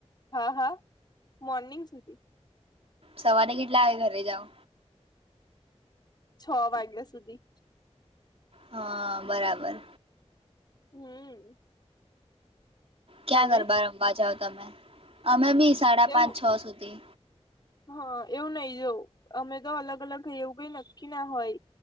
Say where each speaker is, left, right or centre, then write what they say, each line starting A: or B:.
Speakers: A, on the left; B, on the right.
A: હા હા મોર્નિંગ સુધી
B: સવારે કેટલા વાગે ઘરે જાઓ
A: છ વાગ્યા સુધી
B: હા બરાબર
A: હમ
B: ક્યાં
A: તમે
B: ગરબા રમવા જાવ તમે અમે બી સાડા
A: એવું
B: પાંચ છ સુધી
A: હા એવું નહી જોઉં અમે તો અલગ અલગ હઈ એવું કઈ નક્કી ના હોય